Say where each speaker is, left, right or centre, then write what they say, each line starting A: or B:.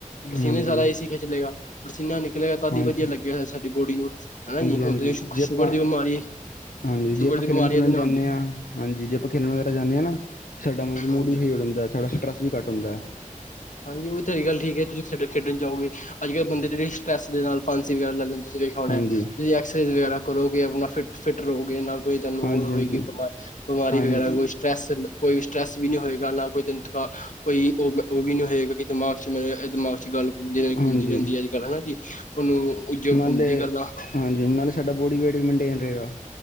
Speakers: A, on the left; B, on the left.
A: ਪ੍ਰਸੀਨਾ
B: ਹਾਂਜੀ,
A: ਹੀ ਸਾਰਾ ਏਸੀ ਖਿਚ ਲੇਗਾ ਪ੍ਰਸੀਨਾ ਨਿਕਲੇਗਾ ਤਾਦ
B: ਹਾਂਜੀ,
A: ਹੀ ਵਧੀਆ ਲਗੇਗਾ
B: ਹਾਂਜੀ,
A: ਅਸੀ ਸਾਡੀ ਬੋਡੀ ਨੂੰ ਹਨਾ ਜੀ
B: ਹਾਂਜੀ
A: ਹੁਣ ਤੁਸੀਂ ਸ਼
B: ਜੇ ਆਪਾਂ
A: ਸ਼ੂਗਰ ਦੀ ਬਿਮਾਰੀ
B: ਹਾਂਜੀ ਜੇ
A: ਸ਼ੂਗਰ
B: ਆਪਾਂ
A: ਦੀ
B: ਖੇਲਣ
A: ਬਿਮਾਰੀ
B: ਖੁਲਣ
A: ਇਹਦੇ ਨਾਲ
B: ਜਾਂਦੇ
A: ਹੁੰਦੀ
B: ਹਾਂ ਹਾਂਜੀ ਜੇ ਆਪਾਂ ਖੇਲਣ ਵਗੈਰਾ ਜਾਂਦੇ ਹਾਂ ਨਾ ਸਾਡਾ ਮੁ ਮੂਡ
A: ਹਾਂਜੀ
B: ਵੀ ਸਹੀ ਹੋ ਜਾਦਾ ਏ ਸਾਡਾ ਸਟਰੈਸ ਵੀ ਘਟ ਹੁੰਦਾ ਹੈ
A: ਹਾਂਜੀ ਉਹ ਤੁਹਾਡੀ ਗੱਲ ਠੀਕ ਹੈ ਤੁਸੀਂ ਖੇਡ ਖੇਡਣ ਜਾਓਗੇ ਅੱਜ ਕੱਲ ਬੰਦੇ ਜੇੜੇ ਸਟਰੈਸ ਦੇ ਨਾਲ ਫਾਂਸੀ ਵਗੈਰਾ ਲੈ ਲੈਂਦੇ ਤੁਸੀਂ ਵੇਖਿਆ ਹੋਣਾ
B: ਹਾਂਜੀ,
A: ਤੁਸੀਂ ਐਕਸਰਸਾਈਜ਼ ਵਗੈਰਾ ਕਰੋਗੇ ਆਪਣਾ ਫਿਟ ਫਿਟ ਰਹੋਗੇ ਨਾਲ ਕੋਈ ਤਾਨੂੰ
B: ਹਾਂਜੀ,
A: ਉਹ ਹੋਏਗੀ
B: ਹਾਂਜੀ,
A: ਬਿਮਾ ਬਿਮਾਰੀ
B: ਹਾਂਜੀ,
A: ਵਗੈਰਾ ਕੋਈ ਸਟਰੈਸ ਕੋਈ ਸਟਰੈਸ ਵੀ ਨਹੀਂ ਹੋਏਗਾ ਨਾ ਕੋਈ ਤਾਣੁ ਕੋਈ ਥਕਾਨ ਕੋਈ ਉ ਉਹ ਵੀ ਨ ਹੋਏਗਾ ਕਿ ਦਿਮਾਗ ਚ ਮੇ ਦਿਮਾਗ ਚ ਗੱਲ ਘੁੰਮਦੀ ਰ ਘੁੰਮਦੀ
B: ਹਾਂਜੀ
A: ਰਹਿੰਦੀ ਅੱਜ ਕੱਲ ਹਨਾ ਜੀ ਉਹਨੂੰ ਓਇਓ
B: ਨਾਲੇ
A: ਘੁੰਮਦੀ ਗੱਲਾਂ
B: ਹਾਂਜੀ ਹੰ ਨਾਲੇ ਸਾਡਾ ਬੋਡੀ ਵੇਟ ਵੀ ਮੇਨਟੇਨ ਰਹੇਗਾ